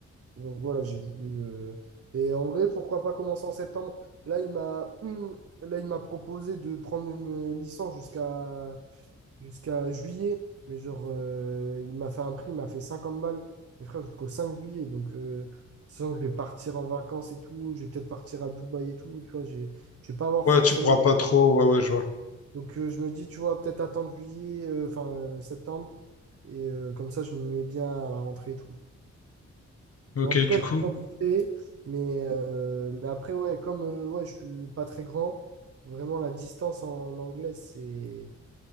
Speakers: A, on the right; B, on the left.
A: donc voilà, j'ai voulu. euh, Et en vrai, pourquoi pas commencer en septembre? Là, il m'a hum, là, il m'a proposé de prendre une euh, licence jusqu'à jusqu'à juillet. Mais genre, euh, il m'a fait un prix, il m'a fait 50 balles. mes frères jusqu'au 5 juillet. Donc, euh, sachant que je vais partir en vacances et tout, je vais peut-être partir à Dubaï et tout. Tu vois, j'ai, je vais pas avoir
B: Ouais,
A: forcément
B: tu pourras pas trop. Ouais, ouais, je vois.
A: donc euh, je me dis, tu vois, peut-être attendre juillet, euh, enfin euh, septembre. Et euh, comme ça, je m'y mets bien à la rentrée et tout.
B: Ok,
A: Mais en tout
B: du
A: cas,
B: coup.
A: j'ai bien kiffé. Mais, euh, mais après, ouais, comme euh, ouais, je suis pas très grand, vraiment la distance en anglais, c'est